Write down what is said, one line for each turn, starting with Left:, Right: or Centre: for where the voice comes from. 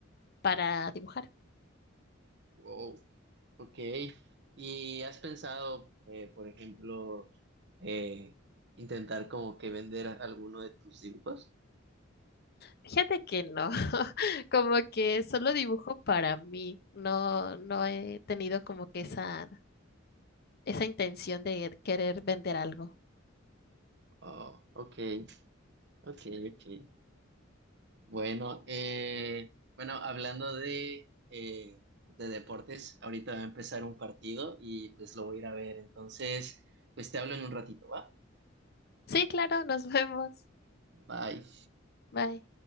Left: para dibujar.
Right: Wow. Ok. ¿Y has pensado, eh, por ejemplo, eh, intentar como que vender alguno de tus dibujos?
Left: Fíjate que no, <laughs> como que solo dibujo para mí, no, no he tenido como que esa, esa intención de querer vender algo.
Right: Oh, ok. Ok, ok. Bueno, eh, bueno, hablando de, eh, de deportes, ahorita va a empezar un partido y pues lo voy a ir a ver. Entonces, pues te hablo en un ratito, ¿va?
Left: Sí, claro, nos <laughs> vemos.
Right: Bye.
Left: Bye.